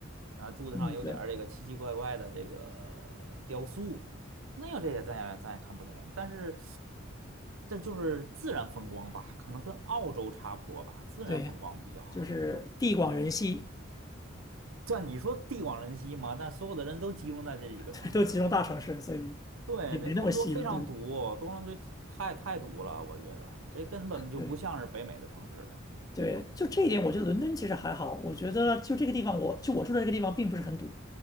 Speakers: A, on the right; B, on the left.
A: 然后柱子上有点儿这个奇奇怪怪的这个雕塑，
B: 嗯对
A: 可能有这些咱也咱也看不懂，但是这就是自然风光吧，可能跟澳洲差不多吧，自然风光比较好。
B: 对，就是地广人稀，
A: 如嗯对，但你说地广人稀嘛，但所有的人都集中在这几个城市，
B: <laughs> 都集中大城市，所以也没那么稀了，
A: 对，那多伦多非常堵，
B: 对不对？
A: 多伦多太太堵了，我觉得这根本就不像是北美的城市，
B: 对
A: 这这地广人稀。
B: 对，就这一点，我觉得伦敦其实还好。我觉得就这个地方我，就我住的这个地方并不是很堵，